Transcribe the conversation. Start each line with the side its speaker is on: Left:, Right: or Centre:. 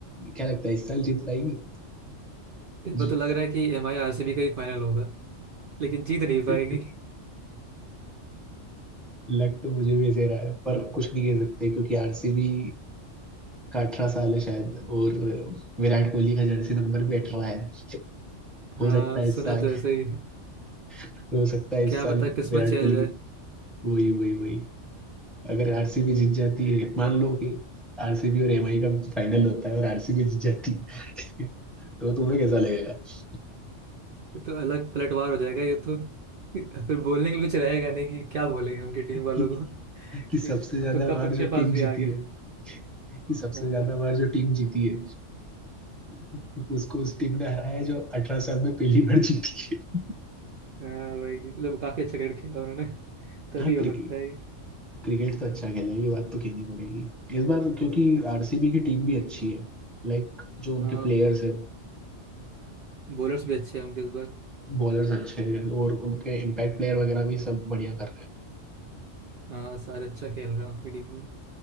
Centre: क्या लगता है इस साल जीत पाएगी
Right: इस बार
Centre: जी-
Right: तो लग रहा है कि एम आई आरसीबी का ही फाइनल होगा लेकिन जीत नहीं पाएगी
Centre: <laughs> लग तो मुझे भी ऐसे रहा है पर कुछ नहीं कह सकते क्योंकि आरसीबी का अठारह साल है शायद और विराट कोहली का जर्सी नंबर भी अठारह है <laughs>
Right: हाँ
Centre: हो सकता है
Right: सुना
Centre: इस साल
Right: तो ऐसा ही है
Centre: तो हो सकता है इस
Right: क्या
Centre: साल
Right: पता किस्मत
Centre: विराट
Right: चेंज
Centre: कोहली
Right: हो जाए
Centre: की वही वही वही अगर आरसीबी जीत जाती है मान लो कि आरसीबी और एमआई का फाइनल होता है और आरसीबी जीत जाती है <laughs> तो तुम्हें कैसा लगेगा <laughs>
Right: ये तो अलग पलटवार हो जाएगा ये तो फिर बोलने के लिए कुछ रहेगा नहीं कि क्या बोलेंगे उनकी टीम
Centre: कि,
Right: वालों को
Centre: कि सबसे
Right: कि
Centre: ज्यादा
Right: अब तो कप
Centre: बार
Right: उनके
Centre: जो
Right: पास
Centre: टीम
Right: भी
Centre: जीती
Right: आ गया
Centre: है कि सबसे
Right: हाँ
Centre: ज्यादा बार जो टीम जीती है <laughs> उसको उस टीम ने हराया है जो अठारह साल में पहली बार जीती है
Right: हाँ भाई लोग काफी अच्छा क्रिकेट खेला उन्होंने तभी
Centre: <laughs> हाँ
Right: हो
Centre: क्रिकेट
Right: सकता है ये।
Centre: क्रिकेट तो अच्छा खेला है ये बात तो कहनी पड़ेगी इस बार क्योंकि
Right: हम्म,
Centre: आरसीबी की टीम भी अच्छी है लाइक जो उनके
Right: हाँ
Centre: प्लेयर्स है
Right: बॉलर्स भी अच्छे हैं उनके इस बार
Centre: बॉलर्स अच्छे हैं और उनके इम्पैक्ट प्लेयर वगैरह भी सब बढ़िया कर रहे हैं
Right: हाँ सारे अच्छा खेल रहे हैं उनकी टीम में